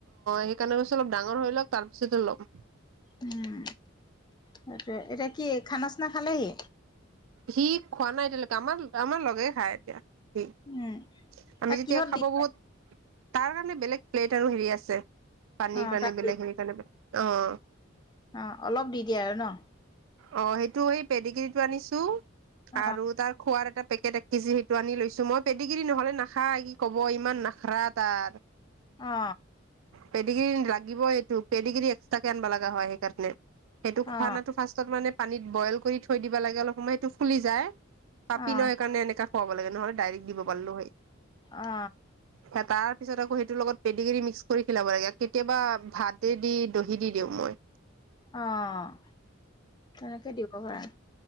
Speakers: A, on the right; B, on the left.
A: সেইকাৰণে অলপছ ডাঙৰ, ল তাৰিপিছতে লম,
B: উম সেইটোয়ে এতিয়া কি খানা চানা খালেহি।
A: সি খোৱা নাই এতিয়ালৈকে আমাৰ আমাৰ লগে খায় এতিয়া সি
B: উম
A: আমি
B: তাক
A: যেতিয়া
B: কিহত
A: খাব
B: দি
A: বহুত
B: দিয়ে
A: তাৰ কাৰণে বেলেগ, প্লেট আৰু হেৰি আছে। পানী
B: অ
A: কাৰনে
B: তাক
A: বেলেগ
B: দি
A: হেই কাৰনে বেলেগ অ'
B: অ অলপ দি দিয়া আৰু ন
A: অ সেইটো সেই পেডগিৰিতটো আনিছো।
B: অ
A: আৰু তাৰ খোৱাৰ এটা পেকেট এক কেজি সেইটো আনি লৈছো মই পেটিক নহ'লে নাখা কি কব ইমান নাখাৰা তাৰ
B: অ
A: পেটিকি ল লাগিব এইটো পেডিগ্ৰী এক্সট্ৰাক কে আনব লগা হয় সেইকাৰণে সেইটো খোৱা
B: অ
A: নাটো ফাৰ্ষ মানে পানীত বইল কৰি থৈ দিবা লাগে অলপ সময় এইটো ফুলি যায়। পাপি
B: অ
A: নয়েইকাৰণে এনেকা খুৱাব লাগে নহয়। ডাইৰেক্ট দিব পাৰিলো হয়েই
B: অ
A: ত তাৰ পিছত আকৌ সেইটোৰ লগত পেড কৰি মিক্স কৰি খেলাব লাগে কেতিয়াবা ভাতে দি দহি দি দিওঁ মই,
B: অ' তেনেকে দিব দিবপাৰা